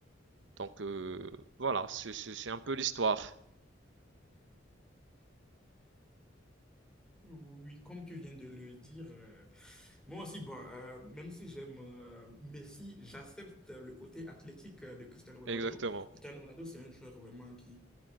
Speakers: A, on the right; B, in the centre.
A: Donc euh, voilà, c'est c'est- c'est un peu l'histoire.
B: <laughs> oui, comme tu viens de le dire, euh, moi aussi, bon, euh, même si j'aime euh, Messi, j'accepte le côté athlétique euh, de Cristiano Ronaldo.
A: Exactement.
B: Cristiano Ronaldo, c'est un joueur vraiment qui